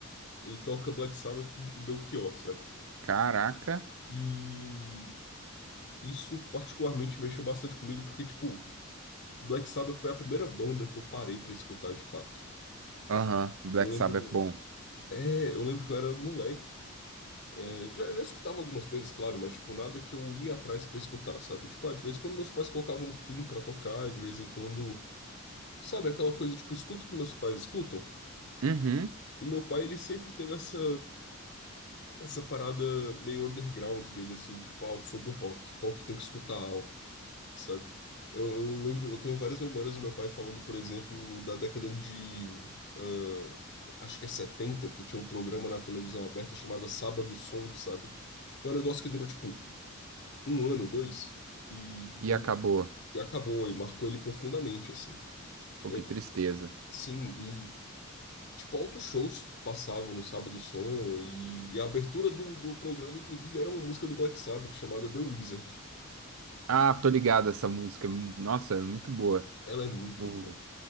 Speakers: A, on the left; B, on the right.
A: ele toca Black Sabbath e Belchior, sabe?
B: Caraca.
A: E isso particularmente mexeu bastante comigo, porque, tipo, Black Sabbath foi a primeira banda que eu parei pra escutar de fato.
B: Aham, Black
A: Eu lembro.
B: Sabbath é bom.
A: É, eu lembro que eu era moleque. É, já, já escutava algumas coisas, claro, mas, tipo, nada que eu ia atrás pra escutar, sabe? Tipo, ah, de vez em quando meus pais colocavam um Queen pra tocar, de vez em quando, sabe? Aquela coisa, tipo, escuto o que meus pais escutam.
B: Uhum.
A: E meu pai, ele sempre teve essa, essa parada meio underground dele, assim, de, tipo, ah, eu sou do rock, rock tem que escutar alto, sabe? Eu, eu lembro, eu tenho várias memórias do meu pai falando, por exemplo, da década de, ah, acho que é 70 que tinha um programa na televisão aberta chamado Sábado Som, sabe? Que é um negócio que durou, tipo, um ano, dois, e,
B: E
A: e,
B: acabou.
A: e acabou, e marcou ele profundamente, assim.
B: Pô,
A: É,
B: que tristeza.
A: sim, e tipo, altos shows passavam no Sábado Som, e, e a abertura do, do programa, inclusive, era uma música do Black Sabbath chamada The Wizard.
B: Ah, tô ligado essa música. é mu- Nossa, é muito boa.
A: Ela é muito
B: O,
A: boa.